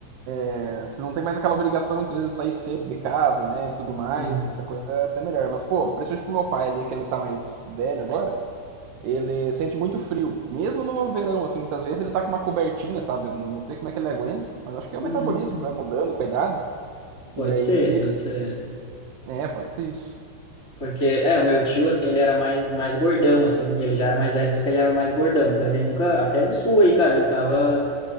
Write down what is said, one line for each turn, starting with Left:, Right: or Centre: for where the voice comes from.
Right: é, você não tem mais aquela obrigação muitas vezes de sair cedo de casa, né? Tudo mais,
Left: Uhum.
Right: essa coisa é até melhor. Mas, pô, principalmente pro meu pai ali, que ele tá mais velho agora, ele sente muito frio. Mesmo no verão, assim, muitas vezes ele tá com uma cobertinha, sabe? Eu não sei como é que ele aguenta, mas acho que é o
Left: Uhum.
Right: metabolismo que vai mudando com a idade.
Left: Pode
Right: E aí,
Left: ser, pode ser.
Right: É, pode ser isso.
Left: Porque, é, o meu tio, assim, ele era mais, mais gordão, assim, e ele já era mais velho, só que ele era mais gordão. Então ele nunca, até no sul aí, cara, ele tava.